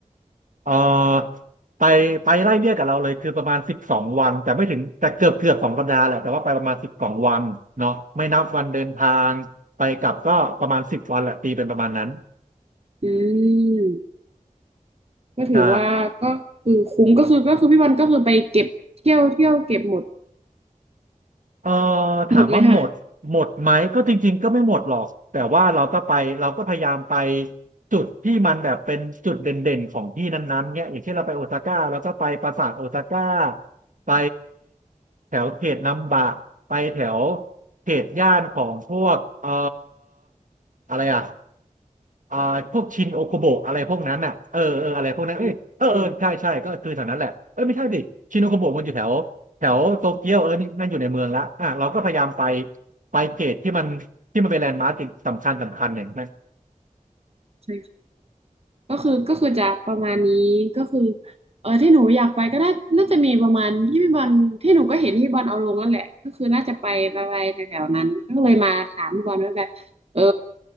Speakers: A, on the right; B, on the right.
A: เออไปไปไล่เลี่ยกับเราเลยคือประมาณสิบสองวันแต่ไม่ถึงแต่เกือบเกือบสองสัปดาห์แหละแต่ว่าไปประมาณสิบสองวันเนาะไม่นับวันเดินทางไปกลับก็ประมาณสิบวันแหละตีเป็นประมาณนั้น
B: อืมก็ถือว่าก็คือคุ้มก็คือก็คือพี่บอลก็คือไปเก็บเที่ยวเที่ยวเก็บหมด
A: ใช่ เออถามว่าหมดหมดไหมก็จริงๆก็ไม่หมดหรอกแต่ว่าเราก็ไปเราก็พยายามไป
B: หมดไหมคะ
A: จุดที่มันแบบเป็นจุดเด่นๆของที่นั้นๆเนี่ยอย่างเช่นเราไปโอซาก้าเราก็ไปปราสาทโอซาก้าไปแถวเขตนัมบะไปแถวเขตย่านของพวกเอ่ออะไรอ่ะ อ่าพวกชินโอโคโบะอะไรพวกนั้นอ่ะเออเอออะไรพวกนั้นเอ้ยเออเออใช่ใช่ก็คือแถวนั้นแหละเออไม่ใช่ดิชินโอโคโบะมันอยู่แถวแถวโตเกียวเออนี่นั่นอยู่ในเมืองละอ่ะเราก็พยายามไป
B: อืมโอ้โ
A: ไปเกตที่มันที่มันเป็นแลนด์มาร์คสำคัญสำคัญอย่างนั้น
B: ห ก็คือก็คือจะประมาณนี้ก็คือเออที่หนูอยากไปก็น่าน่าจะมีประมาณที่พี่บอลที่หนูก็เห็นพี่บอลเอาลงนั่นแหละก็คือน่าจะไปไปไปแถวๆนั้นก็เลยมาถามพี่บอลว่าแบบเออ